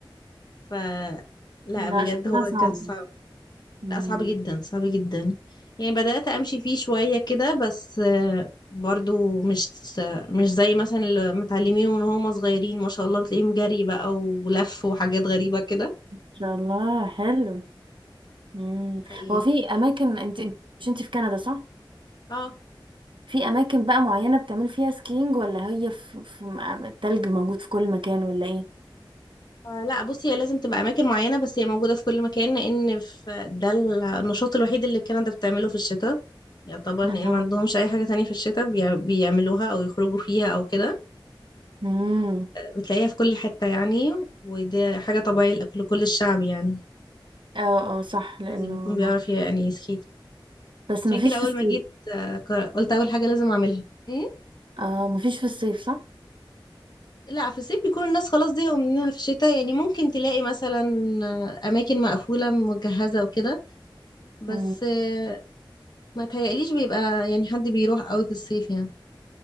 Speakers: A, on the left (about 55°); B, on the right (about 70°).
A: ف لا
B: لا
A: بجد
B: شكلها
A: هو
B: صعب
A: كان صعب
B: مم.
A: لا صعب جدا
B: ان
A: صعب جدا يعني بدأت أمشي فيه شوية كده بس آه، برضو مش مش زي مثلا اللي متعلمين من هم صغيرين ما شاء الله بتلاقيهم جري بقى ولف وحاجات غريبة كده
B: شاء الله حلو مم.
A: ده حقيقي
B: هو في اماكن انت انت- مش انت في كندا صح
A: اه
B: في اماكن بقى معينة بتعمل فيها سكينج ولا هي في, في م- التلج موجود في كل مكان ولا ايه
A: آه، لا بصي هي لازم تبقى أماكن معينة بس هي موجودة في كل مكان لأن في ده النشاط الوحيد اللي كندا بتعمله في الشتاء يعتبر
B: آه.
A: لأن ما عندهمش أي حاجة تانية في الشتاء بيع- بيعملوها أو يخرجوا فيها أو كده
B: مم.
A: بتلاقيها في كل حتة يعني ودي حاجة طبيعية لكل الشعب يعني
B: اه اه صح لانه
A: لازم يكون بيعرف يعني يسكيت
B: بس
A: عشان
B: مفيش
A: كده اول
B: في الصيف
A: ما جيت آه، ك- قلت اول حاجه لازم اعملها ايه
B: اه مفيش في الصيف
A: لا في الصيف بيكون الناس خلاص زهقوا منها في الشتاء يعني ممكن تلاقي مثلا آه، اماكن مقفوله مجهزه وكده بس
B: صح
A: آه، ما تهيأليش بيبقى يعني حد بيروح قوي في الصيف يعني